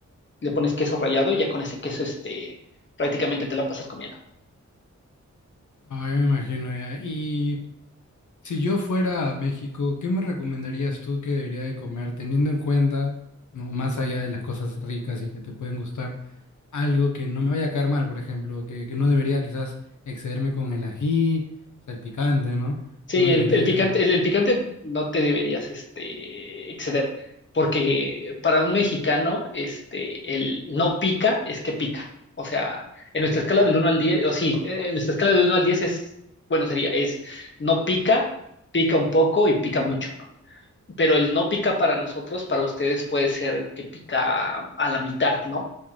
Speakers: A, on the left; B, on the left.
A: Le pones queso rallado y ya con ese queso, este, prácticamente te la pasas comiendo.
B: Ah, ya me imagino ya. Y Si yo fuera a México, ¿qué me recomendarías tú que debería de comer, teniendo en cuenta, no, más allá de las cosas ricas y que te pueden gustar, algo que no me vaya a caer mal, por ejemplo, que, que no debería quizás excederme con el ají, o sea, el picante, ¿no?
A: Sí,
B: No
A: el,
B: debería
A: el picante,
B: de-
A: el, el picante no te deberías este, exceder, porque para un mexicano, este, el no pica es que pica. O sea, en nuestra escala del uno al 10, o sí, en en nuestra escala del uno al 10 es, bueno, sería, es no pica, pica un poco y pica mucho, ¿no? Pero el no pica para nosotros, para ustedes puede ser que pica a la mitad, ¿no?